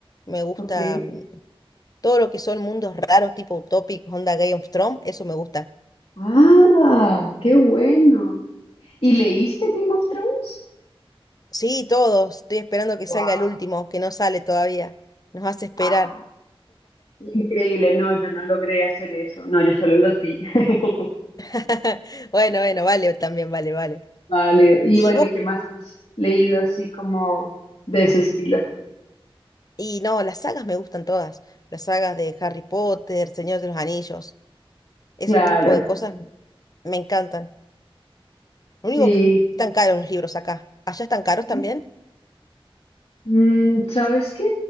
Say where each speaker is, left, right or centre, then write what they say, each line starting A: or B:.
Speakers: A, on the left; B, on the left.
A: me gusta
B: Ok.
A: mm, todo lo que son mundos raros tipo utópicos, onda Game of Thrones, eso me gusta.
B: Ah, qué bueno. ¿Y leíste Game of Thrones?
A: Sí, todos. Estoy esperando que
B: Wow.
A: salga el último, que no sale todavía. Nos hace esperar.
B: Ah, increíble. No, yo no logré hacer eso. No, yo solo los vi. <laughs>
A: <laughs> Bueno, bueno, vale, también vale, vale.
B: Válido. Y
A: Y
B: bueno,
A: vos,
B: ¿y qué más has leído así como de ese estilo?
A: y no, las sagas me gustan todas. Las sagas de Harry Potter, Señor de los Anillos, ese
B: Claro.
A: tipo de cosas me encantan. Lo único
B: Sí.
A: que están caros los libros acá. ¿Allá están caros
B: Sí.
A: también?
B: Mm, ¿sabes qué?